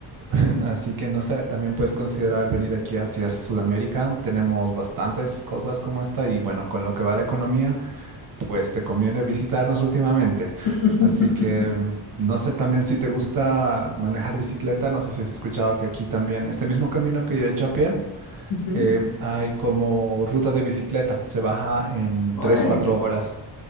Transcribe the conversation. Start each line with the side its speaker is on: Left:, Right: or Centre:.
Right: <laughs> Así que no sé, también puedes considerar venir aquí hacia Sudamérica. Tenemos bastantes cosas como esta y bueno, con lo que va la economía. Pues te conviene visitarnos últimamente.
Left: <laughs>
Right: Así que mm, no sé también si te gusta manejar bicicleta. No sé si has escuchado que aquí también, este mismo camino que yo he hecho a pie,
Left: Ujú.
Right: eh, hay como ruta de bicicleta. Se baja en
Left: Órale,
Right: tres cuatro horas.